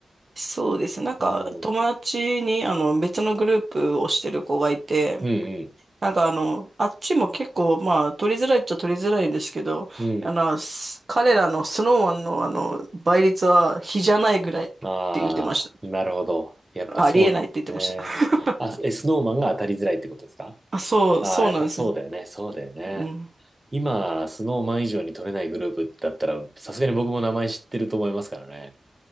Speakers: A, on the right (about 40°); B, on the right (about 20°).
A: そうです。なんか友達にあの別のグループをしてる子がいて、
B: うん。うんうん。
A: なんかあの、あっちも結構まあ取りづらいっちゃ取りづらいんですけど、
B: うん。
A: あの、す彼らのスノーマンのあの倍率は比じゃないぐらいって言ってまし
B: ああ、なるほど。やっぱそうなんですね。
A: た。ありえないって言ってました。<laughs>
B: あ、え、スノーマンが当たりづらいってことですか
A: あ、そう、
B: ああー、
A: そうなんです。
B: やっぱそうだよね。そうだよね。
A: うん
B: 今、スノーマン以上に取れないグループだったら、さすがに僕も名前知ってると思いますからね。